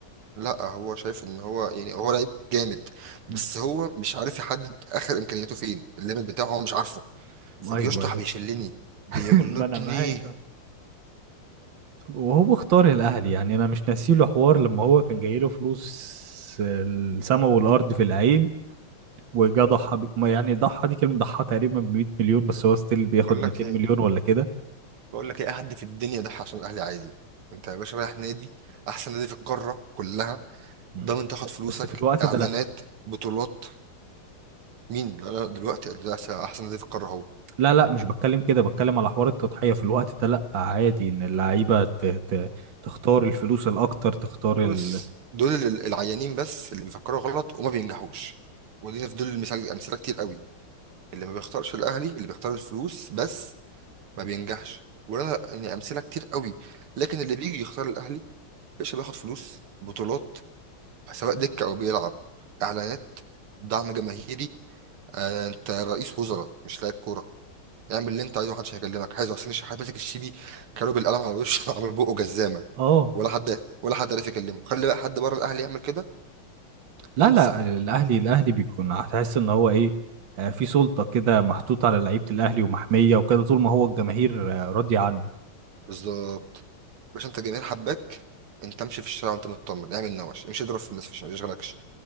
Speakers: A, on the right; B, on the right.
A: لا هو شايف ان هو يعني هو لعيب جامد بس
B: أمم.
A: هو مش عارف يحدد اخر امكانياته فين الليميت بتاعه هو مش عارفه فبيشطح
B: ايوه ايوه
A: بيشلني بيجلطني
B: <laughs> ما انا معاك وهو اختار الاهلي يعني انا مش ناسيله حوار لما هو كان جايله فلوس السما والارض في العين وجا ضحى ب... ما يعني ضحى دي كلمه ضحى تقريبا ب 100 مليون بس هو ستيل بياخد
A: بقول
B: 200
A: لك ايه
B: مليون ولا كده
A: بقول لك ايه أي حد في الدنيا ده عشان الاهلي عادي انت يا باشا رايح نادي احسن نادي في القاره كلها
B: مم.
A: ضامن تاخد
B: بس
A: فلوسك
B: بس في الوقت
A: اعلانات
B: ده لا
A: بطولات مين لا لا دلوقتي ده احسن أحسن نادي في القاره هو
B: لا لا مش بتكلم كده بتكلم على حوار التضحيه في الوقت ده لا عادي ان اللعيبه ت... ت... تختار الفلوس الاكتر تختار ال...
A: بص دول ال- العيانين بس اللي بيفكروا غلط وما بينجحوش ودينا في دول المثال امثله كتير قوي اللي ما بيختارش الاهلي اللي بيختار الفلوس بس ما بينجحش وانا يعني امثله كتير قوي لكن اللي بيجي يختار الاهلي باشا بياخد فلوس بطولات سواء دكه او بيلعب اعلانات دعم جماهيري آه، انت رئيس وزراء مش لاعب كوره اعمل اللي انت عايزه محدش هيكلمك حازم حسين الشحات ماسك الشيبي كانوا بالقلم على وشه <laughs> عامل بقه جزامه
B: اه
A: ولا حد ولا حد عرف يكلمه خلي بقى حد بره الاهلي يعمل كده
B: لا
A: انسى
B: لا الاهلي الاهلي بيكون هتحس ان هو ايه آه، في سلطه كده محطوطه على لعيبه الاهلي ومحميه وكده طول ما هو الجماهير آه، راضيه عنه
A: بالظبط باش انت الجماهير حباك انت امشي في الشارع وانت مطمن اعمل نوش امشي اضرب في الناس في الشارع ما يشغلكش